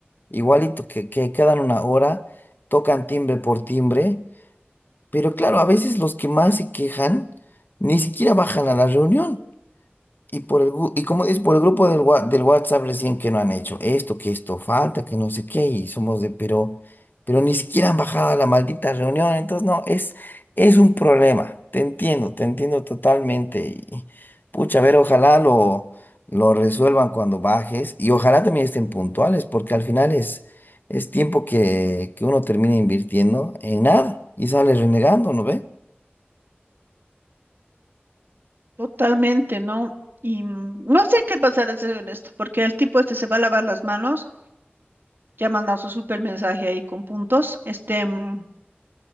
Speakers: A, on the left (about 50°); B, on the right (about 55°).
A: igualito, que, que quedan una hora, tocan timbre por timbre. Pero claro, a veces los que más se quejan ni siquiera bajan a la reunión. Y por el, gru- y como dices, por el grupo del, wa- del WhatsApp recién que no han hecho esto, que esto falta, que no sé qué, y somos de, pero, pero ni siquiera han bajado a la maldita reunión, entonces no, es, es un problema, te entiendo, te entiendo totalmente, y pucha, a ver, ojalá lo, lo resuelvan cuando bajes, y ojalá también estén puntuales, porque al final es, es tiempo que, que uno termina invirtiendo en nada, y sale renegando, ¿no ve?
B: Totalmente, ¿no? Y mm, no sé qué pasará, soy honesto, porque el tipo este se va a lavar las manos, ya ha mandado su super mensaje ahí con puntos. Este, mm,